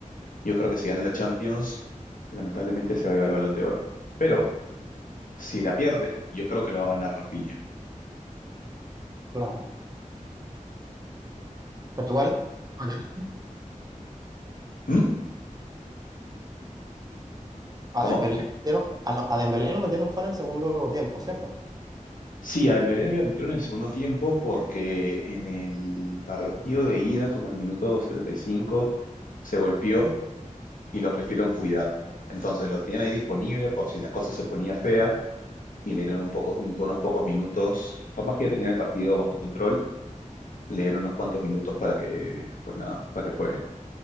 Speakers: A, on the left; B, on the right.
A: yo creo que si gana la Champions, lamentablemente se va a llevar el Balón de Oro. Pero si la pierde, yo creo que lo va a ganar Rafinha.
B: Claro. Pero igual, mañana,
A: ¿Mm?
B: a
A: ¿Cómo?
B: Dembélé lo metieron, a, lo- a Dembélé lo metieron fue en el segundo tiempo, ¿cierto?
A: Sí, a Dembélé le metió en el segundo tiempo porque en el partido de ida, como al minuto 75, se golpeó y lo prefirieron cuidar. Entonces lo tenían ahí disponible por si la cosa se ponía fea y le dieron un poco, un- unos pocos minutos. Por más que ya tenía el partido bajo control, le dieron unos cuantos minutos para que, pues nada, para que juegue.